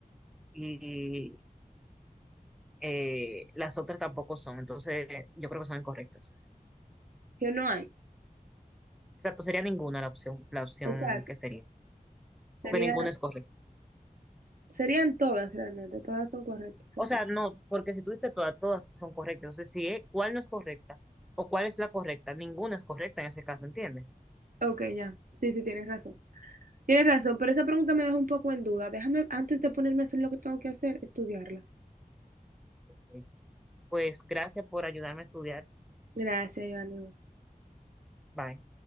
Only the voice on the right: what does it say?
que no hay?
Exacto.
Sería,
serían todas realmente, todas son correctas.
ok,
Ok, ya. Sí, sí, tienes razón. Tienes razón, pero esa pregunta me deja un poco en duda. Déjame, antes de ponerme a hacer lo que tengo que hacer, estudiarla.
Gracias, Joanny.